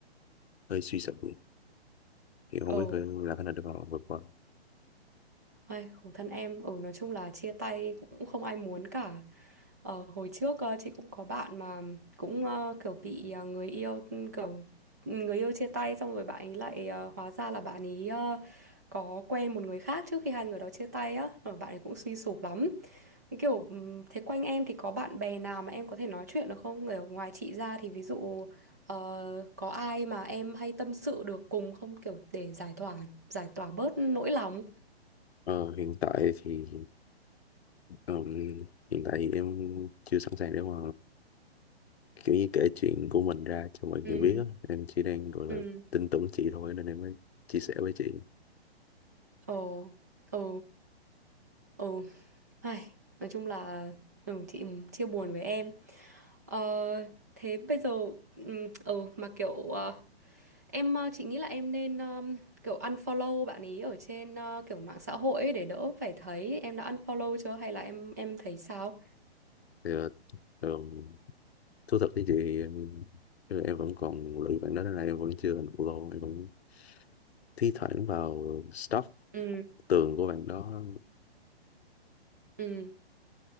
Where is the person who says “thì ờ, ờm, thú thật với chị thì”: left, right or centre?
Left